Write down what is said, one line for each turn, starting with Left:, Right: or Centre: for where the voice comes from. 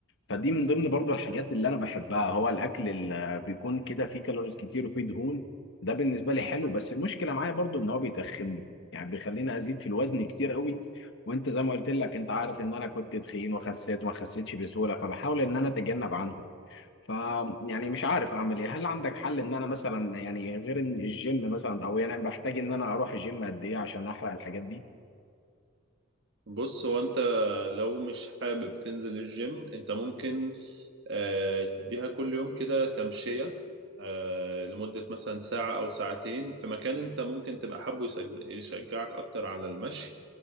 Left: فدي من ضمن برضو الحاجات اللي انا بحبها هو الاكل اللي بيكون كده فيه كالوريز كتير وفيه دهون ده بالنسبه لي حلو بس المشكله معايا برضو ان هو بيتخنني يعني بيخليني ازيد في الوزن كتير قوي وانت زي ما قلت لك انت عارف ان انا كنت تخين وخسيت وما خسيتش بسهوله فبحاول ان انا اتجنب عنهم ف يعني مش عارف اعمل ايه هل عندك حل ان انا مثلا يعني غير ان الجيم مثلا او يعني بحتاج ان انا اروح الجيم قد ايه عشان احرق الحاجات دي
Right: بص هو انت لو مش حابب تنزل الجيم انت ممكن آه، تديها كل يوم كده تمشية آه، لمدة مثلا ساعة أو ساعتين في مكان انت ممكن تبقى حابه يسج- يشجعك أكتر على المشي